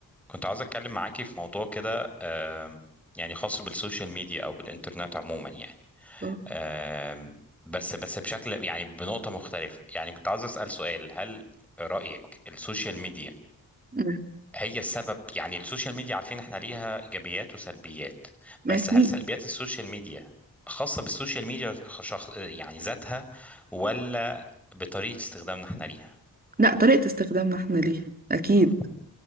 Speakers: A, in the centre; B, on the right.
A: كنت عاوز اتكلم معاكي في موضوع كده آم، يعني خاص بالسوشيال ميديا او بالانترنت عموما يعني
B: آه،
A: آم، بس بس بشكل يعني بنقطة مختلفة يعني كنت عاوز اسأل سؤال هل رأيك السوشيال ميديا
B: آه،
A: هي السبب يعني السوشيال ميديا عارفين احنا ليها ايجابيات وسلبيات بس
B: أكيد
A: هل سلبيات السوشيال ميديا خاصة بالسوشيال ميديا شخص يعني ذاتها ولا بطريقة استخدامنا احنا ليها
B: لا طريقة استخدامنا احنا ليها أكيد
A: مم،